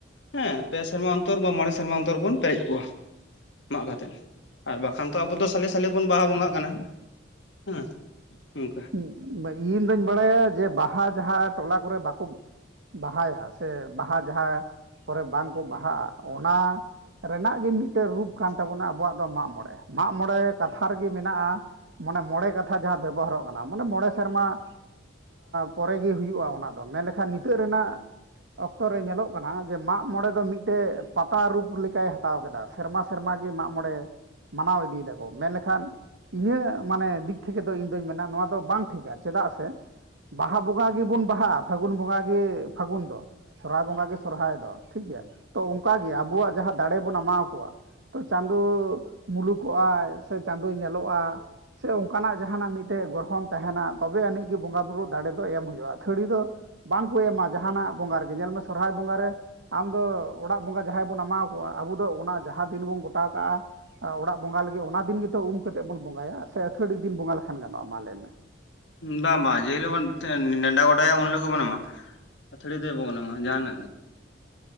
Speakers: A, on the left; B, on the right.
A: ᱦᱮᱸ ᱯᱮ ᱥᱮᱨᱢᱟ ᱚᱱᱛᱚᱨ ᱵᱟ ᱢᱚᱬᱮ ᱥᱮᱨᱢᱟ ᱚᱱᱛᱚᱨ ᱵᱚᱱ ᱯᱮᱨᱮᱡ ᱠᱚᱣᱟ ᱾ ᱢᱟᱜ ᱠᱟᱛᱮᱜ, ᱟᱨ ᱵᱟᱠᱷᱟᱱ ᱛᱚ ᱟᱵᱚ ᱫᱚ ᱥᱟᱞᱮ ᱥᱟᱞᱮ ᱵᱚᱱ ᱵᱟᱦᱟ ᱵᱚᱸᱜᱟᱜ ᱠᱟᱱᱟ ᱦᱮᱸ ᱱᱚᱝᱠᱟ ᱾
B: ᱤᱧ ᱫᱩᱧ ᱵᱟᱲᱟᱭᱟ ᱡᱮ ᱵᱟᱦᱟ ᱡᱟᱦᱟ ᱴᱚᱞᱟ ᱠᱚᱨᱮ ᱵᱟᱠᱚ ᱵᱟᱦᱟᱭᱟ ᱥᱮ, ᱵᱟᱦᱟ ᱡᱟᱦᱟᱸ ᱠᱚᱨᱮ ᱵᱟᱝ ᱠᱚ ᱵᱟᱦᱟᱜᱼᱟ ᱚᱱᱟ ᱨᱮᱱᱟᱜ ᱜᱮ ᱢᱤᱫᱴᱟᱝ ᱨᱩᱯ ᱠᱟᱱ ᱛᱟᱵᱚᱱᱟ ᱟᱵᱚᱣᱟᱜ ᱫᱚ ᱢᱟᱜ ᱢᱚᱬᱮ ᱢᱟᱜ ᱢᱚᱬᱮ ᱠᱟᱛᱷᱟ ᱨᱮᱜᱮ ᱢᱮᱱᱟᱜᱼᱟ ᱢᱚᱱᱮ ᱢᱚᱬᱮ ᱠᱟᱛᱷᱟ ᱡᱟᱦᱟᱸ ᱵᱮᱵᱚᱦᱟᱨᱚᱜ ᱾ ᱢᱟᱱᱟᱣ ᱢᱟᱱᱮ ᱢᱚᱬᱮ ᱥᱮᱨᱢᱟ ᱯᱚᱨᱮ ᱜᱮ ᱦᱩᱭᱩᱜᱼᱟ ᱚᱱᱟ ᱫᱚ ᱢᱮᱱ ᱞᱮᱠᱷᱟᱱ ᱱᱤᱛᱚ ᱛᱟᱹᱜ ᱨᱮᱱᱟᱜ ᱚᱠᱛᱚ ᱨᱮ ᱧᱮᱞᱚᱜ ᱠᱟᱱᱟ ᱡᱮ ᱢᱟᱜ ᱢᱚᱬᱮ ᱫᱚ ᱢᱤᱫᱴᱮᱡ ᱯᱟᱛᱟ ᱨᱩᱯ ᱞᱮᱠᱟᱭ ᱦᱟᱛ ᱦᱟᱛᱟᱣ ᱠᱮᱫᱟ, ᱾ ᱥᱮᱨᱢᱟ ᱥᱮᱨᱢᱟ ᱜᱮ ᱢᱟᱜ ᱢᱚᱬᱮ ᱢᱟᱱᱟᱣ ᱤᱫᱤᱭᱮᱫᱟ ᱠᱚ, ᱢᱮᱱ ᱞᱮᱠᱷᱟᱱ ᱤᱧᱟᱹᱜ ᱢᱟᱱᱮ ᱫᱤᱠ ᱛᱷᱮᱹᱠᱮᱹ ᱫᱚ ᱤᱧ ᱫᱩᱧ ᱢᱮᱱᱟ ᱱᱚᱣᱟ ᱫᱚ ᱵᱟᱝ ᱴᱷᱤᱠᱟ ᱪᱮᱫᱟᱜ ᱥᱮ ᱵᱟᱦᱟ ᱵᱚᱸᱜᱟ ᱜᱮᱵᱩᱱ ᱵᱟᱦᱟᱜᱼᱟ ᱯᱷᱟᱹᱜᱩᱱ ᱵᱚᱸᱜᱟ ᱜᱮ ᱯᱷᱟᱹᱜᱩᱱ ᱫᱚ ᱾ ᱥᱚᱨᱦᱟᱭ ᱵᱚᱸᱜᱟ ᱜᱮ ᱥᱚᱨᱦᱟᱭ ᱫᱚ ᱴᱷᱤᱠ ᱜᱮᱭᱟ ᱛᱚ ᱚᱱᱠᱟᱜᱮ ᱟᱵᱚᱣᱟᱜ ᱡᱟᱦᱟ ᱫᱟᱲᱮᱹᱵᱚᱱ ᱮᱢᱟ ᱠᱚᱣᱟ ᱛᱚ ᱪᱟᱸᱫᱚᱭ ᱢᱩᱞᱩᱠᱚᱜᱼᱟᱭ ᱥᱮ ᱪᱟᱸᱫᱚᱭ ᱧᱮᱞᱚᱜᱼᱟ ᱥᱮ ᱚᱱᱠᱟᱱᱟᱜ ᱡᱟᱦᱟᱱᱟᱜ ᱢᱤᱫ ᱥᱮ ᱜᱨᱚᱦᱚᱱ ᱛᱟᱦᱮᱱᱟ ᱛᱚᱵᱮ ᱟᱹᱱᱤᱡ ᱜᱮ ᱵᱚᱸᱜᱟ ᱵᱩᱨᱩ ᱫᱟᱲᱮᱹ ᱫᱚ ᱮᱢ ᱦᱳᱭᱳᱜᱼᱟ ᱟᱹᱛᱷᱟᱹᱲᱤ ᱫᱚ ᱵᱟᱝ ᱠᱚ ᱮᱢᱟ ᱡᱟᱦᱟᱱᱟᱜ ᱵᱚᱸᱜᱟ ᱨᱮᱜᱮ ᱧᱮᱞ ᱢᱮ ᱥᱚᱨᱦᱟᱭ ᱵᱚᱸᱜᱟ ᱨᱮ ᱟᱢ ᱫᱚ ᱚᱲᱟᱜ ᱵᱚᱸᱜᱟ ᱡᱟᱦᱟᱸᱭ ᱵᱚᱱ ᱮᱢᱟᱣ ᱠᱚᱣᱟ ᱟᱵᱚ ᱫᱚ ᱚᱱᱟ ᱡᱟᱦᱟᱸ ᱫᱤᱱ ᱵᱚᱱ ᱜᱚᱴᱟ ᱠᱟᱜᱼᱟ ᱾ ᱚᱲᱟᱜ ᱵᱚᱸᱜᱟ ᱞᱟᱹᱜᱤᱫ ᱚᱱᱟ ᱫᱤᱱ ᱜᱮᱛᱚ ᱩᱢ ᱠᱟᱛᱮᱜ ᱵᱚᱱ ᱵᱚᱸᱜᱟᱭᱟ ᱥᱮ ᱟᱹᱛᱷᱟᱹᱲᱤ ᱫᱤᱱ ᱵᱚᱸᱜᱟ ᱞᱮᱠᱷᱟᱱ ᱜᱟᱱᱚᱜᱼᱟ ᱢᱟ ᱞᱟᱹᱭᱢᱮ
A: ᱵᱟᱝ-ᱵᱟᱝ ᱡᱮ ᱦᱤᱞᱳᱜ ᱵᱚᱱ ᱱᱮᱰᱟ ᱜᱚᱴᱟᱭᱟ ᱩᱱ ᱦᱤᱞᱳ ᱜᱮᱵᱚᱱ ᱮᱢᱟ ᱟᱹᱛᱷᱟᱹᱲᱤ ᱫᱚ ᱵᱟᱵᱚᱱ ᱮᱢᱟ ᱡᱟᱦᱟᱸᱱᱟᱜ ᱜᱮ